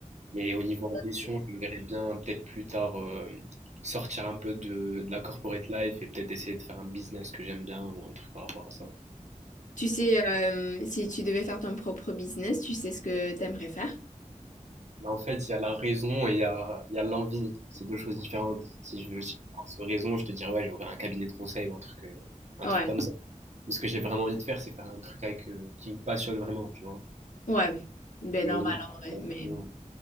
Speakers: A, on the right (about 60°); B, on the left (about 75°).
A: Mais au niveau ambition,
B: Ça, c'est-
A: je me verrais bien peut-être plus tard euh, sortir un peu de, de la corporate life et peut-être essayer de faire un business que j'aime bien ou un truc par rapport à ça.
B: Tu sais, euh, si tu devais faire ton propre business, tu sais ce que t'aimerais faire?
A: Mais en fait, il y a la raison et il y a, il y a l'envie. C'est deux choses différentes. Si je veux aussi avoir raison, je te dirais, ouais, j'ai ouvert un cabinet de conseil ou un truc, euh, un
B: Ouais.
A: truc comme ça. Mais ce que j'ai vraiment envie de faire, c'est faire un truc avec, euh, qui me passionne vraiment, tu vois.
B: Ouais. Ben
A: Et
B: normal
A: honnêtement,
B: en vrai. Mais
A: on